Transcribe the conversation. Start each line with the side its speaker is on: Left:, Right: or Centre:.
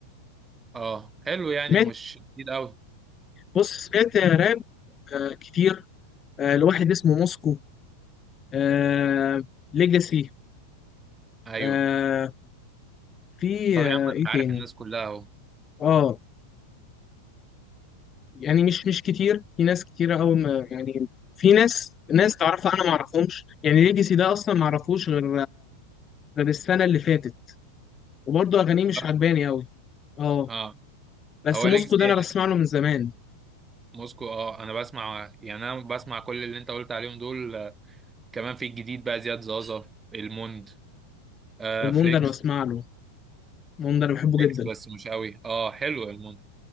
Right: اه حلو يعني
Left: سمعت
Right: مش جديد قوي
Left: بص سمعت راب آه كتير آه لواحد اسمه موسكو آه ليجاسي
Right: ايوه
Left: آه في
Right: طب
Left: آه
Right: يا عم
Left: إيه
Right: انت عارف
Left: تاني؟
Right: الناس كلها اهو
Left: أه يعني مش مش كتير في ناس كتيرة قوي ما يعني في ناس ناس تعرفها انا ما اعرفهمش يعني ليجاسي ده اصلا ما اعرفوش غير غير السنة اللي فاتت وبرضه اغانيه مش
Right: اصلا
Left: عجباني قوي اه
Right: اه
Left: بس
Right: هو
Left: موسكو
Right: ليجاسي
Left: ده انا بسمع له من زمان
Right: موسكو اه انا بسمع يعني انا بسمع كل اللي انت قلت عليهم دول آه، كمان في الجديد بقى زياد زازا الموند آه
Left: المون
Right: فليكس
Left: ده انا بسمع له المون ده انا بحبه
Right: فليكس
Left: جدا
Right: بس مش قوي اه حلو الموند